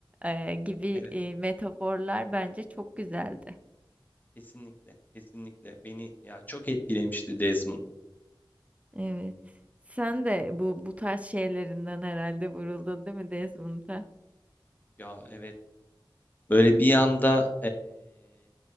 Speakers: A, on the right; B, on the left.
A: eee, gibi eee,
B: evet,
A: metaforlar bence çok güzeldi.
B: kesinlikle, kesinlikle. Beni ya çok etkilemişti Desmond.
A: Evet. Sen de bu bu tarz şeylerinden herhalde vuruldun değil mi Desmond'a?
B: Ya evet, böyle bir anda